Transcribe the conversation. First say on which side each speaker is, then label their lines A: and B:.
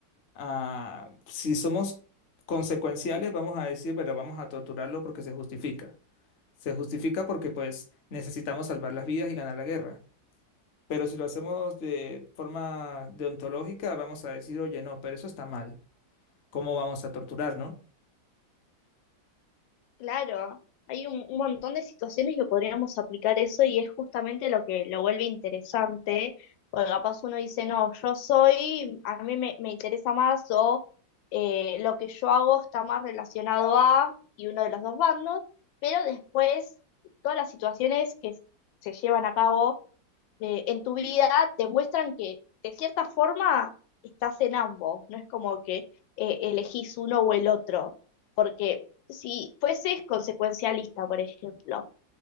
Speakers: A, on the left; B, on the left.
A: ah, si somos consecuenciales, vamos a decir, bueno, vamos a torturarlo porque se justifica. Se justifica porque pues necesitamos salvar las vidas y ganar la guerra. Pero si lo hacemos de forma deontológica, vamos a decir, oye, no, pero eso está mal. ¿Cómo vamos a torturar, no?
B: Claro, hay un, un montón de situaciones que podríamos aplicar eso y es justamente lo que lo vuelve interesante, porque capaz uno dice, no, yo soy, a mí me, me interesa más o eh, lo que yo hago está más relacionado a y uno de los dos bandos, pero después todas las situaciones que se llevan a cabo eh, en tu vida te muestran que de cierta forma estás en ambos, no es como que eh, elegís uno o el otro, porque si fueses consecuencialista, por ejemplo,